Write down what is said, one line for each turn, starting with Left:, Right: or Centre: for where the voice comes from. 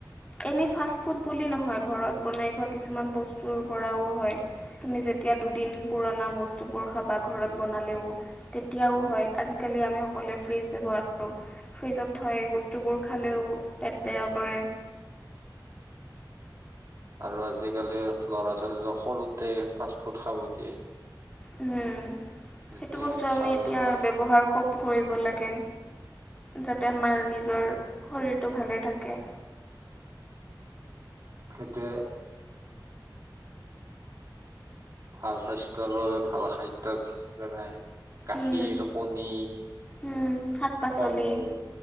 Left: এনেই ফাষ্টফুড বুলি নহয় ঘৰত বনাই খোৱা কিছুমান বস্তুৰ পৰাও হয় তুমি যেতিয়া দুদিন পুৰণা বস্তুবোৰ খাবা ঘৰত বনালেও তেতিয়াও হয় আজিকালি আমি সকলোৱে ফ্ৰিজ ব্যৱহাৰ কৰোঁ ফ্ৰিজত থৈ বস্তুবোৰ খালেও। পেট বেয়া কৰে।
Right: আৰু আজিকালিৰ ল'ৰা ছোৱালীবোৰক সৰুতে ফাষ্টফুড খাব দিয়ে।
Left: উম।
Right: যিটো
Left: সেইটো বস্তু আমি
Right: ভাল
Left: এতিয়া
Right: নহয়
Left: ব্যৱহাৰ কম কৰিব লাগে। যাতে আমাৰ নিজৰ শৰীৰটো ভালে থাকে।
Right: সেইটোৱেই। ভাল স্বাস্থ্যৰ বাবে ভাল খাদ্য যেনে- গাখীৰ,
Left: উম,
Right: কণী,
Left: উম, শাক পাচলি
Right: ফল মূল,